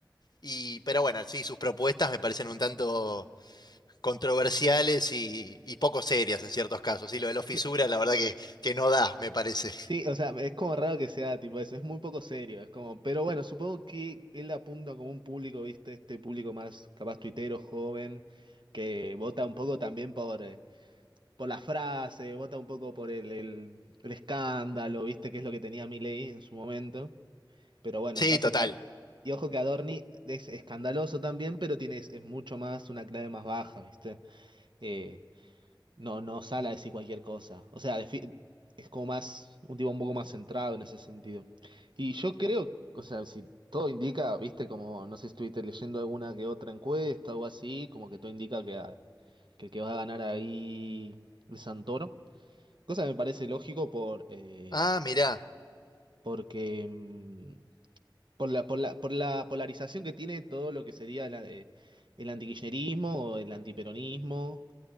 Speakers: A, on the left; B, on the right.
A: y, pero bueno, sí, sus propuestas me parecen un tanto controversiales y, y poco serias en ciertos casos. Y lo de los
B: sí,
A: fisuras, la verdad que, que no da, me parece. <laughs>
B: sí, o sea, es como raro que sea tipo eso, es muy poco serio, es como, pero bueno, supongo que él apunta como un público, viste, este público más capaz tuitero, joven, que vota un poco también por... eh, por la frase, vota un poco por el, el, el escándalo, viste, que es lo que tenía Milei en su momento. Pero bueno,
A: Sí,
B: pasa
A: total.
B: que. Y ojo que Adorni es escandaloso también, pero tiene, es, es mucho más, una clave más baja, ¿viste? Eh, no, no sale a decir cualquier cosa. O sea, defi- es como más, un tipo un poco más centrado en ese sentido. Y yo creo, o sea, si todo indica, ¿viste? Como, no sé si estuviste leyendo alguna que otra encuesta o así, como que todo indica que, a- que el que va a ganar ahí es Santoro. Cosa que me parece lógico por, eh,
A: Ah, mirá,
B: porque... mm, por la, por la, por la polarización que tiene todo lo que sería la- eh, el antikirchnerismo o el antiperonismo,